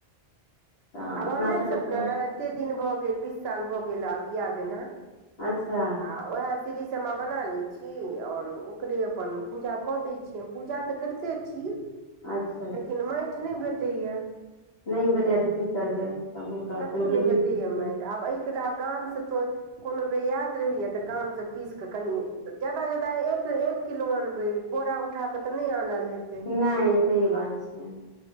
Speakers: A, on the left (about 80°); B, on the right (about 75°).
A: तऽ
B: आब
A: अपना
B: हमरे
A: सबके
B: सभ के एते दिन भऽ गेल बीस साल भऽ गेल आब बियाह भेला
A: अच्छा
B: आ ओहे सीढ़ीशमा बना लय छी और ओकरे अपन पूजा कदय पूजा तऽ करिते छी
A: अच्छा
B: लेकिन मैयट नय भेटय या
A: नय भेटय या तऽ की करबै तब ओ तऽ
B: कताे
A: अपन जेबी
B: नय भेटैया
A: की छै
B: मैट आब एय के ले गाम सँ ते कोनो बेर याद रहय तऽ गामसँ पीस कऽ कनि जायदा जायदा एक ए एक किलो अनबै बोरा उठााक तऽ नय आनल हेते
A: नय सही बात छैै